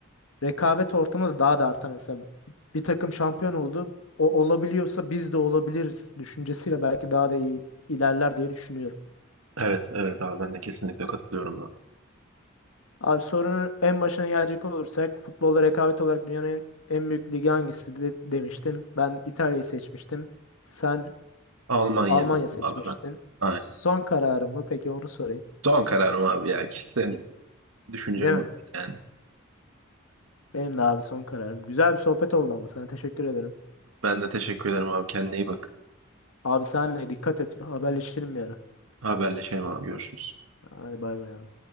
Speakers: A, on the left; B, on the right.
A: rekabet ortamı da daha da artar mesela. Bir takım şampiyon oldu. O olabiliyorsa biz de olabiliriz düşüncesiyle belki daha da iyi ilerler diye düşünüyorum.
B: Evet, evet abi ben de kesinlikle katılıyorum. abi.
A: Abi sorunun en başına gelecek olursak futbolda rekabet olarak dünyanın en, en büyük ligi hangisi de, demiştin. Ben İtalya'yı seçmiştim. Sen
B: Almanya
A: Almanya
B: diyorum
A: seçmiştin.
B: abi ben.
A: Son
B: Aynen.
A: kararım mı? Peki onu sorayım.
B: Son kararım abi ya. Kişisel düşüncem
A: Değil mi?
B: bu yani.
A: Benim de abi son kararım. Güzel bir sohbet oldu ama sana teşekkür ederim.
B: Ben de teşekkür ederim abi. Kendine iyi bak.
A: Abi senle dikkat et. Haberleşelim bir ara.
B: Haberleşelim abi. Görüşürüz.
A: Hadi bay bay abi.